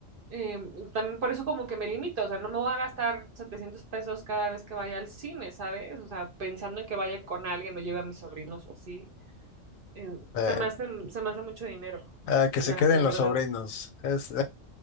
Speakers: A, on the right; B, on the left.
A: Eh, también por eso como que me limito, o sea, no me voy a gastar 700 pesos cada vez que vaya al cine, ¿sabes? O sea, pensando en que vaya con alguien o lleve a mis sobrinos o así. Eh,
B: Eh,
A: se me hace, se me hace mucho dinero,
B: ah, que
A: la,
B: se queden
A: la
B: los
A: verdad.
B: sobrinos. Es,